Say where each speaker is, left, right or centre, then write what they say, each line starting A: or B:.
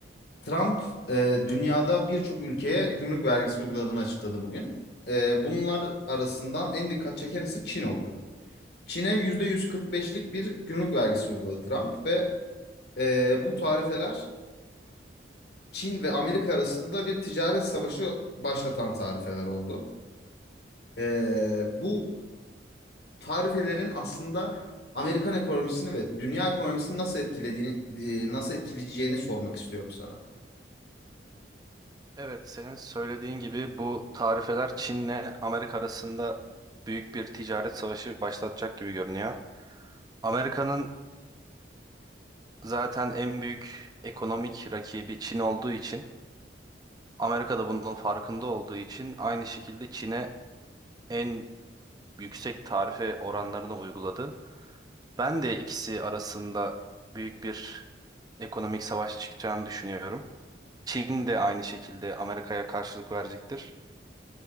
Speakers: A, on the left; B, on the right.
A: Trump, e, dünyada birçok ülkeye gümrük vergisi uyguladığını açıkladı bugün. E, bunlar arasından en dikkat çeken ise Çin oldu. Çin'e %145'lik bir gümrük vergisi uyguladı Trump ve e, bu tarifeler Çin ve Amerika arasında bir ticaret savaşı başlatan tarifeler oldu. E, bu tarifelerin aslında Amerikan ekonomisini ve dünya ekonomisini nasıl etkilediğini, e, nasıl etkileyeceğini sormak istiyorum sana.
B: Evet, senin söylediğin gibi bu tarifeler Çin'le Amerika arasında büyük bir ticaret savaşı başlatacak gibi görünüyor. Amerika'nın zaten en büyük ekonomik rakibi Çin olduğu için, Amerika da bunun farkında olduğu için aynı şekilde Çin'e en yüksek tarife oranlarını uyguladı. Ben de ikisi arasında büyük bir ekonomik savaş çıkacağını düşünüyorum. Çin de aynı şekilde Amerika'ya karşılık verecektir.